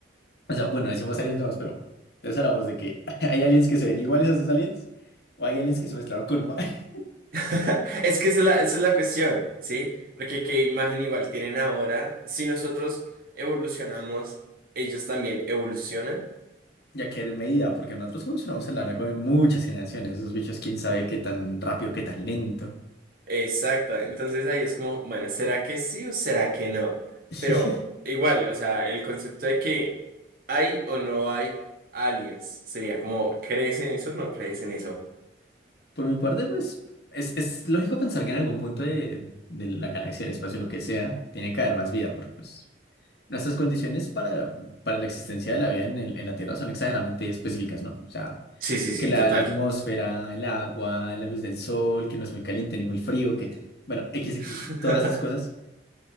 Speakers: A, on the left; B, on the right.
A: O sea, bueno, decimos aliens nuevos, pero entonces hablamos de que <laughs> hay aliens que se ven iguales a esos aliens o hay aliens que se mezclaron con humanos. <laughs>
B: <laughs> Es que esa es la, esa es la cuestión, ¿sí? Porque qué imagen igual tienen ahora, si nosotros evolucionamos, ellos también evolucionan.
A: Ya que en medida, porque nosotros evolucionamos a lo largo de muchas generaciones. Esos bichos, quién sabe qué tan rápido, qué tan lento.
B: Exacto, entonces ahí es como, bueno, ¿será que sí o será que no?
A: <laughs>
B: Pero igual, o sea, el concepto de que hay o no hay aliens sería como, ¿crees en eso o no crees en eso?
A: Por mi parte, pues es, es lógico pensar que que que en algún punto de de la galaxia el espacio lo que sea tiene que haber más vida porque pues Nuestras condiciones para, para la existencia de la vida en el- en la Tierra son exageradamente específicas, ¿no? O sea,
B: Sí, sí, sí,
A: que la,
B: total.
A: la atmósfera, el agua, la luz del sol, que no es muy caliente ni muy frío, que, bueno, X, X,
B: <laughs>
A: X, todas esas cosas.